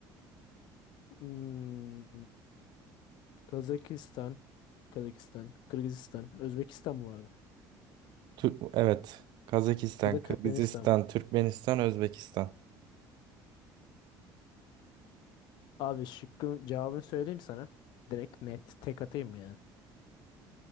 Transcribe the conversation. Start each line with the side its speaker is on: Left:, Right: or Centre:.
Left: Hmm. Kazakistan, Kazakistan, Kırgızistan, Özbekistan mı vardı?
Right: Türk, evet. Kazakistan,
Left: Bir de
Right: Kırgızistan,
Left: Türkmenistan mı?
Right: Türkmenistan, Özbekistan.
Left: Abi şıkkın cevabını söyleyeyim sana. Direkt net tek atayım mı yani?